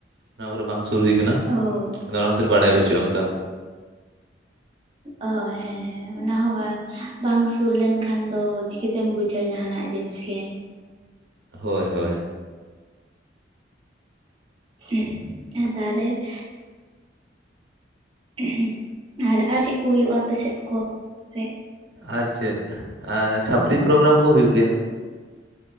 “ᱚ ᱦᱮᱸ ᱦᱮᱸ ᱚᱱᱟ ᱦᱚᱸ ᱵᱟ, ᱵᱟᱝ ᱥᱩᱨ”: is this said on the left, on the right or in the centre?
Right